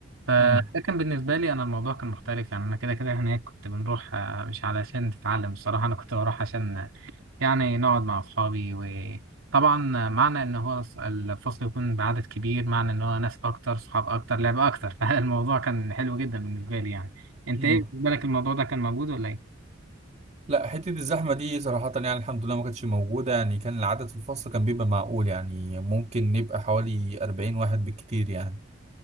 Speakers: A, on the right; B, on the right.
A: فلكن
B: مم.
A: بالنسبة لي أنا الموضوع كان مختلف يعني أنا كده كده هناك كنت بنروح آه، مش علشان تتعلم الصراحة أنا كنت بروح عشان يعني نقعد مع أصحابي وطبعا آه، معنى إن هو الص- الفصل يكون بعدد كبير معنى إن هو ناس أكتر صحاب أكتر لعبة أكتر <laughs> فالموضوع كان حلو جدا بالنسبة لي يعني أنت
B: مم.
A: إيه بالنسبة لك الموضوع ده كان موجود ولا إيه؟
B: لا حتة الزحمة دي صراحة يعني الحمد لله ما كانتش موجودة يعني كان العدد في الفصل كان بيبقى معقول يعني ممكن نبقى حوالي 40 واحد بالكتير يعني